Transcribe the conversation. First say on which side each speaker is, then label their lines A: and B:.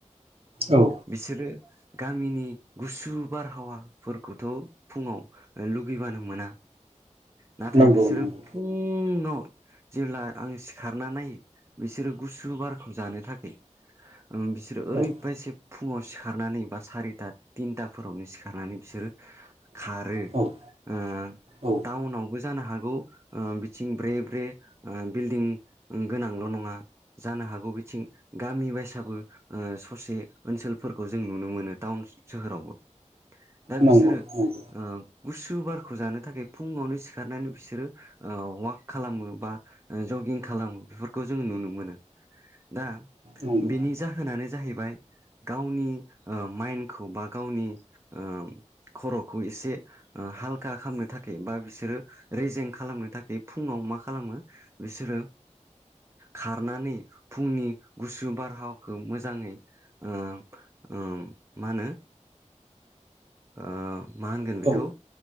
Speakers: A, on the right; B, on the right.
A: औ
B: बिसोरो। गामिनि गुसु बारहावाफोरखौथ' फुङाव लुगैबानो मोना नाथाय
A: नंगौ
B: बिसोरो
A: नंगौ
B: फुङाव जेब्ला आं सिखारना नायो बिसोरो गुसु बारखौ जानो थाखाय बिसोरो ओरैबायसि
A: औ
B: फुङाव सिखारनानै बा सारिथा थिनथाफोरावनो सिखारनानै बिसोरो खारो
A: औ
B: ओ
A: औ
B: टाउनाव। जानो हागौ ओ बिथिं ब्रे ब्रे ओ बिल्डिं गोनांल' नङा जानो हागौ बिथिं गामि बायसाबो ओ ससे ओनसोलफोरखौ जों नुनो मोनो टाउन सोहोरावबो दा बिसोरो
A: नंगौ नंगौ
B: ओ गुसु बार जानो थाखाय फुङावनो सिखारनानै बिसोरो ओ वाक खालामो बा ओ जगिं खालामो बेफोरखौ जोङो नुनो मोनो दा
A: नंगौ
B: बेनि जाहोनानो जाहैबाय बाय गावनि ओ माइन्डखौ बा गावनि ओ खर'खौ एसे ओ हालखा खालामनो थाखाय बा बिसोरो रेजें खालामनो थाखाय फुङाव मा खालामो बिसोरो खारनानै फुंनि गुसु बारहावखौ मोजाङै ओ ओ मा होनो। ओ मा होनगोन बेखौ
A: औ